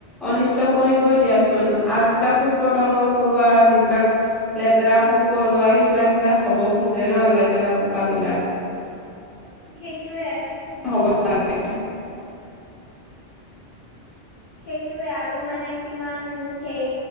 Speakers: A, in the centre; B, on the left (about 55°).
A: অনিষ্ট কৰিবই দিয়াচোন আৰু যেতিয়া পোক, পতংগ পৰুৱা যিবিলাক লেতেৰা পোক, পৰুৱা সেইবিলাক বিলাক হ'ব খোজে ন, লেতেৰা পোকাবলাক
B: সেইটয়ে।
A: হ'ব, নালাগে।
B: সেইটোৱে আৰু মানে কিমান সেই